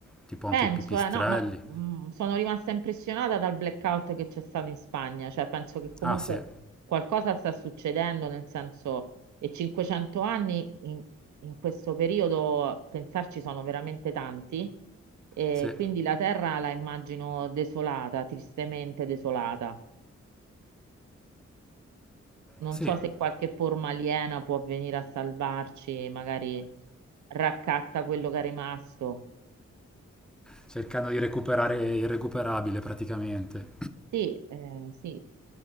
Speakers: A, in the centre; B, on the right (about 75°).
A: tipo
B: Penso,
A: anche i pipistrelli.
B: eh, no, ma mh, sono rimasta impressionata dal blackout che c'è stato in Spagna, cioè penso che comunque
A: Ah sì,
B: qualcosa sta succedendo, nel senso, e 500 anni in, in questo periodo, pensarci sono veramente tanti, e
A: sì,
B: quindi la terra la immagino desolata, tristemente desolata. Non
A: sì.
B: so se qualche forma aliena può venire a salvarci, magari raccatta quello che è rimasto.
A: Cercando di recuperare il recuperabile praticamente.
B: Sì, eh, sì.